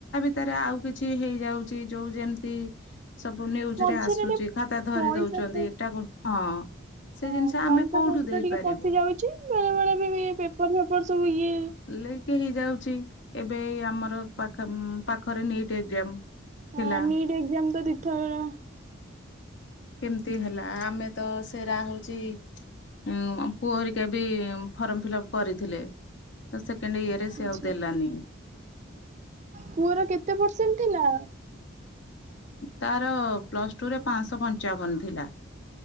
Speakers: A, on the left (about 65°); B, on the right (about 35°).
A: ଏଥିରେ ଆଉ କିଛି ହେଇଯାଉଚି ଯୋଉ ଯେମିତି ସବୁ ନ୍ୟୁଜ୍
B: ମଝିରେ
A: ରେ ଆସୁଚି
B: ଟିକେ
A: ଖାତା ଧରି
B: ପଇସା
A: ଦଉଚନ୍ତି ଏଟାକୁ ହଁ। ସେ
B: ହଁ
A: ଜିନିଷ
B: ପଇସା
A: ଆମେ କୋଉଠୁ
B: ପତ୍ର
A: ଦେଇପାରିବୁ
B: ଟିକେ ପଶି ଯାଉଚି ବେଳେ ବେଳେ ବି ଏ ପେପର ଫେପର ସବୁ ଇଏ
A: ଲିକ୍ ହେଇଯାଉଚି ଏବେ ଏଇ ଆମର ପାଖ ପାଖରେ ନିଟ୍ ଏକ୍ଜାମ। ଥିଲା
B: ହଁ ନିଟ୍ ଏକ୍ଜାମ ତ ଦି ଥର।
A: କେମତି ହେଲା ଆମେ ତ ସେରା ହଉଚି ଉଁ ପୁଅ ହେରିକା ବି ଫର୍ମ ଫିଲପ୍ କରିଥିଲେ। ତ ସେକଣ୍ଡେ ଇଏରେ
B: ଆଚ୍ଛା
A: ସେ ଆଉ ଦେଲାନି।
B: ପୁଅର କେତେ ପରସେଣ୍ଟ ଥିଲା?
A: ତାର ପ୍ଲସ୍ ଟୁରେ ପାଁଶହ ପଞ୍ଚାବନ ଥିଲା।